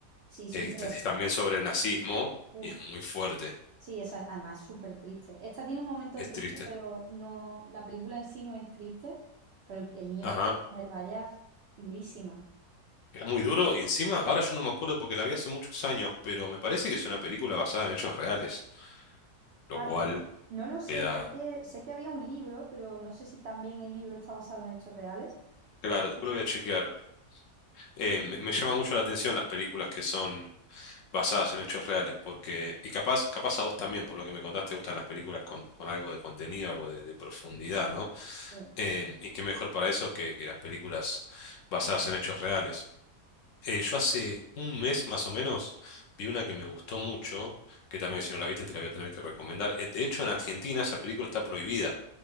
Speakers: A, on the right; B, on the left.
A: Sí, sí,
B: Eh,
A: pero...
B: te- es también sobre el nazismo
A: uff,
B: y es muy fuerte,
A: Sí, esa es- además es súper triste. Esta tiene un momento
B: es
A: triste,
B: triste.
A: pero no, la película en sí no es triste, pero el, el niño
B: ajá
A: del pijama de rayas, durísima.
B: Es muy duro y encima, ahora yo no me acuerdo porque la vi hace muchos años, pero me parece que es una película basada en hechos reales, lo
A: Ah,
B: cual
A: pues no lo sé,
B: le da...
A: sé que, sé que había un libro, pero no sé si también el libro está basado en hechos reales.
B: Claro, después
A: No sé.
B: lo voy a chequear. Eh,
A: Sí, sí,
B: me, me llama mucho la atención las películas que son basadas en hechos reales, porque... Y capaz, capaz a vos también, por lo que me contaste, te gustan las películas con, con algo de contenido, algo de, de profundidad, ¿no?
A: sí.
B: Eh, y qué mejor para eso que, que las películas basadas en hechos reales. Eh, yo hace un mes más o menos vi una que me gustó mucho, que también si no la viste te la voy a tener que recomendar. Eh, De hecho, en Argentina esa película está prohibida.